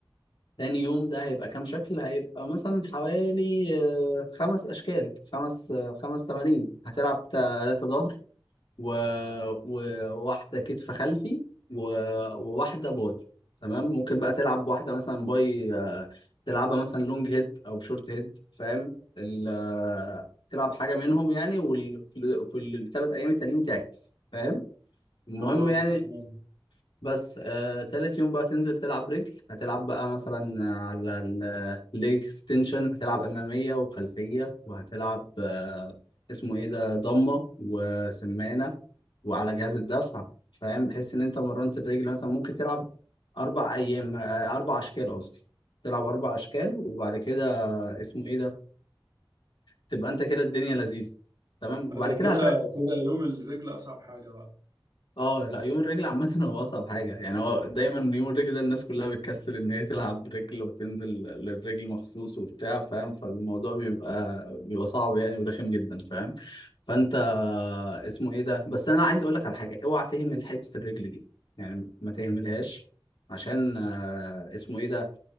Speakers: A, on the left; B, on the right.
A: تاني يوم ده هيبقى كام شكل هيبقى مثلا حوالي آه، خمس أشكال خمس آه، خمس تمارين هتلعب تلاتة ظهر و... وواحدة كتف خلفي و... وواحدة باي تمام ممكن بقى تلعب واحدة مثلا باي آه، تلعبها مثلا لونج هيد أو شورت هيد فاهم ال... آه، تلعب حاجة منهم يعني وفي وال... في الثلاث أيام التانيين تعكس فاهم المهم
B: خلاص
A: يعني
B: تمام
A: بس آه، تالت يوم بقى تنزل تلعب رجل هتلعب بقى مثلا على الليج اكستنشن هتلعب أمامية وخلفية وهتلعب آه، اسمه ايه ده ضمة وسمانة وعلى جهاز الدفع فاهم بحيث ان انت مرنت الرجل مثلا ممكن تلعب أربع أيام آه، أربع أشكال قصدي تلعب أربع أشكال وبعد كده اسمه ايه ده تبقى انت كده الدنيا لذيذة تمام
B: ده
A: وبعد كده
B: كده
A: هتريح
B: كده يوم الرجل اصعب حاجه بقى
A: اه لا يوم الرجل عامة هو أصعب حاجة يعني هو دايما يوم الرجل ده الناس كلها بتكسل إن هي تلعب رجل وتنزل للرجل مخصوص وبتاع فاهم فالموضوع بيبقى بيبقى صعب يعني ورخم جدا فاهم فأنت اسمه إيه ده بس أنا عايز أقول لك على حاجة أوعى تهمل حتة الرجل دي يعني ما تهملهاش عشان آه، اسمه إيه ده